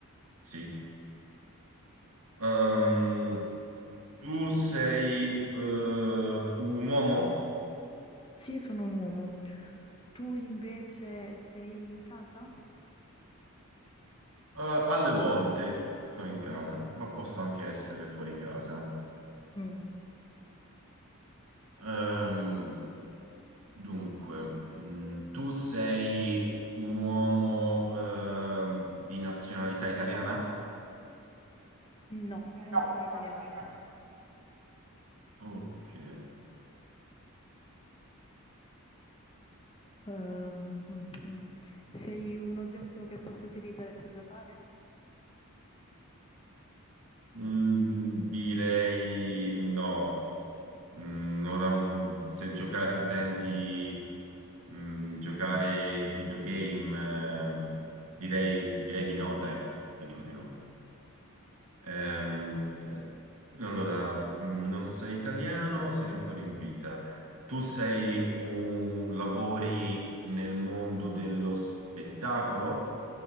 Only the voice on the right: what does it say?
Sì. Um, tu sei eh, un uomo?
Eh, alle volte sono in casa, ma posso anche essere fuori casa.
Ehm, dunque, mm, tu sei un uomo, ehm, di nazionalità italiana?
No,
non sono italiana. Ok.
Mm, direi no. Mm, ora non- se giocare intendi mm, giocare videogame, eh, direi, direi di no, dai, ti dico di no. Ehm, eh, allora, mh, non sei italiano, sei ancora in vita. Tu sei un, lavori nel mondo dello spettacolo?